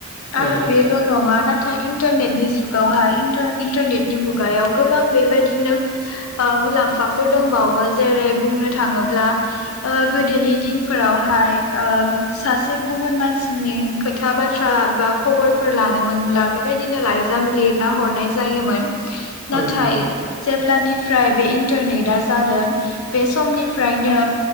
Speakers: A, on the left (about 80°); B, on the right (about 60°).
A: आरो
B: औ
A: बेल नङा नाथाय इन्टारनेटनि जुगावहाय इन्टा-इन्टारनेटनि मुगायाव गोबां बेबायदिनो ओ मुलाम्फाफोर दंबावो जेरै बुंनो थाङोब्ला ओ गोदोनि दिनफोरावहाय ओ सासे गुबुन मानसिनि खोथा बाथ्रा बा खबरफोर लानोमोनब्ला बेबायदिनो लाइजाम लिरना हरनाय जायोमोन नाथाय
B: औ नंगौ
A: जेब्लानि फ्राय बे इन्टारनेटा जादों बे समनिफ्रायनो